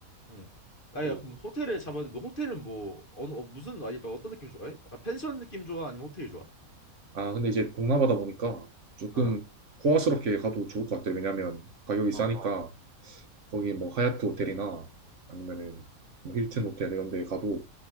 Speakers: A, on the left; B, on the right.
A: 응. 아야
B: 또,
A: 그럼 호텔을
B: 어.
A: 잡아야 돼. 너 호텔은 뭐 어느 어, 무슨 아니 그러니까 어떤 느낌 좋아해? 약간 펜션 느낌 좋아? 아니면 호텔이 좋아?
B: 아, 근데 이제 동남아다 보니까 조금
A: 어.
B: 호화스럽게 가도 좋을 것 같아. 왜냐면 가격이 어, 싸니까,
A: 어.
B: 거기 뭐 하얏트 호텔이나 아니면은 뭐 힐튼 호텔 이런 데 가도